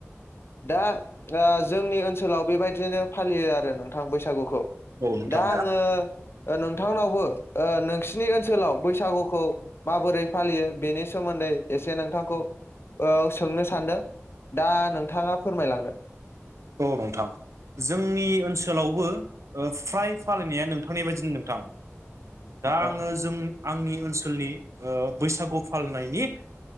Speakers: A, on the left; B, on the right.
A: दा ओ जोंनि ओनसोलाव बेबायदिनो फालियो आ रो नोंथां बैसागुखौ
B: औ नोंथां
A: दा आङो ओ नोंथांनावबो ओ नोंसिनि ओनसोलाव बैसागुखौ माबोरै फालियो बेनि सोमोन्दै एसे नोंथांखौ ओ सोंनो सान्दों । दा नोंथाङा फोरमायलांदो?
B: औ नोंथां जोंनि ओनसोलावबो ओ फ्राय फालिनाया नोंथांनि बायदिनो नोंथां दा आङो
A: औ
B: जों आंनि ओनसोलनि ओ बैसागु फालिनायनि